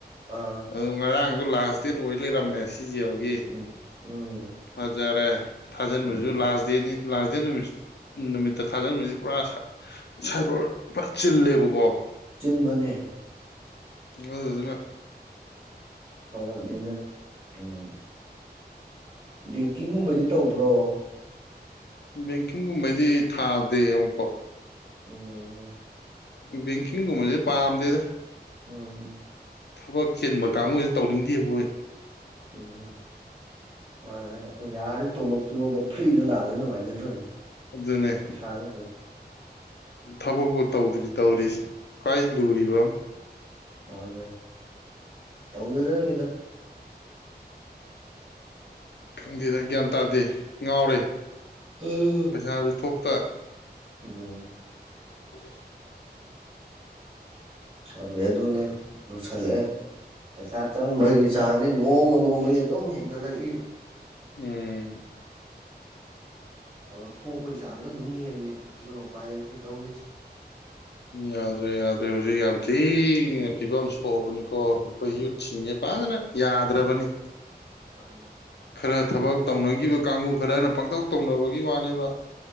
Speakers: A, on the right; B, on the left.
A: ꯑꯥ
B: ꯑꯗꯨ ꯉꯥꯡ ꯑꯗꯨ ꯂꯥꯁ ꯗꯦꯠ ꯑꯣꯏꯋꯂꯤꯔꯝꯃꯦꯦꯁꯤ ꯁꯤ ꯖꯤꯥꯎꯒꯤ
A: ꯎꯝ ꯎꯝ
B: ꯐꯖꯔꯦ ꯊꯥꯖꯤꯟꯕꯁꯨ
A: ꯎꯝ
B: ꯂꯥꯁ ꯗꯦꯠꯅꯤ ꯂꯥꯁꯗ ꯅꯨꯃꯤ ꯅꯨꯃꯤꯠꯇ ꯊꯥꯖꯟꯃꯤꯁꯦ ꯄꯨꯔꯥ ꯁꯥꯏꯕꯔ ꯄꯨꯔꯥ ꯆꯤꯜꯂꯦꯕꯀꯣ
A: ꯆꯤꯟꯕꯅꯦ
B: ꯑꯗꯨ ꯑꯗꯨ ꯑꯗꯨꯅ
A: ꯍꯔꯅ ꯎꯝ ꯕꯦꯡꯀꯤꯡꯒꯨꯝꯕꯗꯤ ꯇꯧꯕ꯭ꯔꯣ
B: ꯕꯦꯡꯀꯤꯡꯒꯨꯝꯕꯗꯤ ꯊꯥꯗꯦ ꯑꯃꯨꯛꯄ
A: ꯎꯝꯝ
B: ꯕꯦꯡꯀꯤꯡꯒꯨꯝꯕꯁꯦ ꯄꯥꯝꯗꯦꯗ
A: ꯎꯝꯝ
B: ꯊꯕꯛ ꯆꯦꯟꯕ ꯀꯥꯡꯕꯨꯁ ꯇꯧꯅꯤꯡꯗꯦ ꯑꯩꯣꯏ
A: ꯎꯝ ꯍꯣꯏ ꯑꯩꯈꯣꯏ ꯌꯥꯔꯦ ꯇꯣꯂꯣ ꯐꯤꯃꯧꯗ ꯐ꯭ꯔꯤꯗ ꯂꯥꯛꯑꯗꯤ ꯅꯨꯡꯉꯥꯏꯖꯗꯣꯏꯅꯤ
B: ꯑꯗꯨ ꯑꯗꯨꯅꯦ
A: ꯄꯩꯁꯥꯒꯤꯁꯦ
B: ꯊꯕꯛꯄꯨ ꯇꯧꯗ꯭ꯔꯤ ꯇꯧꯔꯤꯁꯤ ꯀꯥꯏ ꯂꯨꯔꯤꯕ
A: ꯍ ꯇꯧꯗꯗꯅꯤꯗ
B: ꯈꯪꯗꯦꯗ ꯒ꯭ꯌꯥꯟ ꯇꯥꯗꯦ ꯉꯥꯎꯔꯦ
A: ꯎꯝ
B: ꯄꯁꯥꯅ ꯏꯊꯣ ꯄ
A: ꯎꯝ
B: ꯎ
A: ꯈꯪꯗꯦ ꯑꯗꯨꯅꯤ ꯂꯨꯁꯜꯂꯛꯑꯦ ꯄꯩꯁꯥ ꯆꯪꯕꯒꯤ ꯆꯥꯡꯅꯤ ꯅꯣꯡꯃ ꯅꯣꯡꯃꯒꯤ ꯑꯗꯨꯝ ꯍꯦꯟꯒꯠꯂꯛꯏ
B: ꯎꯝ
A: ꯑ ꯊꯣꯛꯄꯒꯤ ꯆꯥꯡꯁꯨ ꯑꯗꯨꯝ ꯅꯦꯝꯃꯦ ꯑꯗꯨꯅ ꯎꯄꯥꯏ ꯂꯩꯇ ꯇꯧꯔꯤꯁꯦ
B: ꯌꯥꯗ꯭ꯔꯦ ꯌꯥꯗ꯭ꯔꯦ ꯍꯧꯖꯤꯛ ꯌꯥꯝ ꯊꯤꯅ ꯐꯤꯕꯝ ꯁꯣꯛꯑꯕꯅꯤꯀꯣ ꯑꯩꯈꯣꯏ ꯌꯨꯠꯁꯤꯡꯁꯦ ꯐꯖꯅ ꯌꯥꯗ꯭ꯔꯕꯅꯤ
A: ꯍꯥꯏ
B: ꯈꯔ ꯊꯕꯛ ꯇꯧꯅꯈꯤꯕ ꯀꯥꯡꯕꯨ ꯈꯔꯅ ꯄꯪꯇꯧ ꯇꯧꯅꯕꯒꯤ ꯋꯥꯅꯦꯕ